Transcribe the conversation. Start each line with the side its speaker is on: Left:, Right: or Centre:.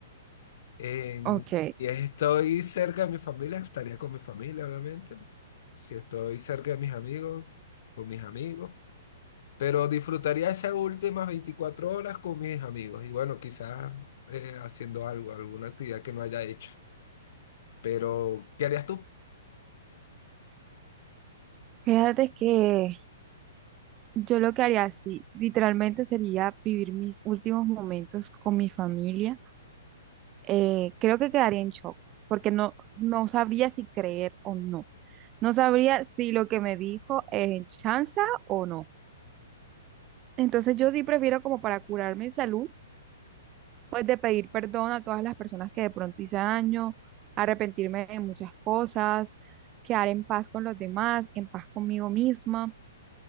Left: En,
Right: ok.
Left: si estoy cerca de mi familia, estaría con mi familia, obviamente. Si estoy cerca de mis amigos, con mis amigos. Pero disfrutaría esas últimas 24 horas con mis amigos. Y bueno, quizás eh, haciendo algo, alguna actividad que no haya hecho. Pero, ¿qué harías tú?
Right: Fíjate que yo lo que haría, sí, literalmente sería vivir mis últimos momentos con mi familia eh, creo que quedaría en shock, porque no, no sabría si creer o no. No sabría si lo que me dijo es chanza o no. Entonces yo sí prefiero como para curar mi salud, pues de pedir perdón a todas las personas que de pronto hice daño, arrepentirme de muchas cosas, quedar en paz con los demás, en paz conmigo misma,